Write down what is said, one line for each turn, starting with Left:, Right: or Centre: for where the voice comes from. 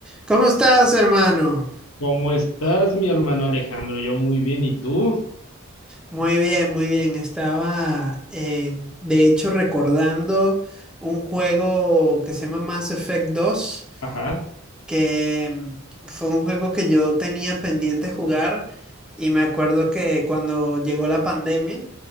Centre: ¿Cómo estás, hermano?
Left: ¿Cómo estás, mi hermano Alejandro? Yo muy bien, ¿y tú?
Centre: Muy bien, muy bien. Estaba, eh, de hecho, recordando un juego que se llama Mass Effect dos,
Left: Ajá,
Centre: que mm, fue un juego que yo tenía pendiente jugar y me acuerdo que cuando llegó la pandemia,